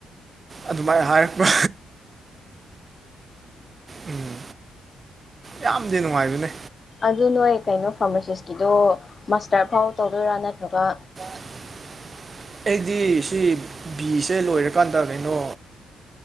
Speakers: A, on the right; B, on the left.
A: ꯑꯗꯨꯃꯥꯏꯅ ꯍꯥꯏꯔꯛꯄ ꯎꯝ ꯌꯥꯝꯗꯤ ꯅꯨꯡꯉꯥꯏꯕꯅꯦ
B: ꯑꯗꯨ ꯅꯣꯏ ꯀꯩꯅꯣ ꯐꯥꯔꯃꯥꯁꯤꯁꯀꯤꯗꯣ ꯃꯥꯁꯇꯔ ꯐꯥꯎ ꯇꯧꯗꯣꯏꯔꯥ ꯅꯠꯇ꯭ꯔꯒ
A: <inaudible> ꯑꯩꯗꯤ ꯁꯤ ꯕꯤꯁꯦ ꯂꯣꯏꯔꯀꯥꯟꯗ ꯀꯩꯅꯣ